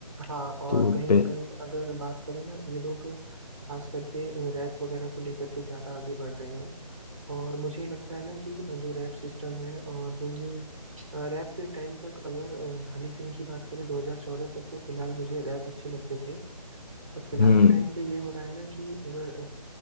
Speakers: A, on the right; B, on the left.
A: हाँ और
B: तो
A: कहीं ना
B: पे
A: कहीं अगर बात करें ना ये लोग खास करके रैप वगैरह को लेकर के ज़्यादा आगे बढ़ रहे हैं और मुझे लगता है ना कि जो रैप सिस्टम है और जो ये रैप तो एक टाइम तक अगर अ, हनी सिंह की बात करें 2014 तक तो फिलहाल मुझे रैप अच्छे लगते थे बट फिलहाल
B: हम्म
A: के टाइम पे ये हो रहा है ना कि अगर